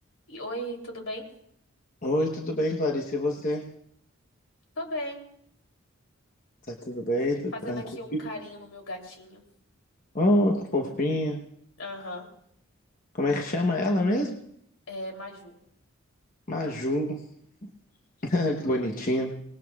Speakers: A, on the left (about 75°); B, on the left (about 40°).
A: E- Oi, tudo bem?
B: Oi, tudo bem, Clarice? E você?
A: Tô bem.
B: Tá tudo bem? Tudo
A: Fazendo
B: tranquilo?
A: aqui um carinho no meu gatinho.
B: Oh, que fofinha.
A: Aham.
B: Como é que chama ela mesmo?
A: É Maju.
B: Maju. <laughs> Que bonitinha.